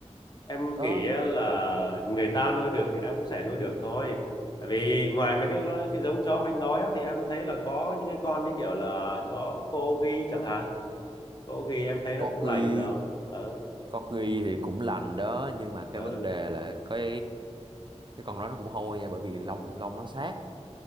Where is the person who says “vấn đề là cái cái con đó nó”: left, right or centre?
Right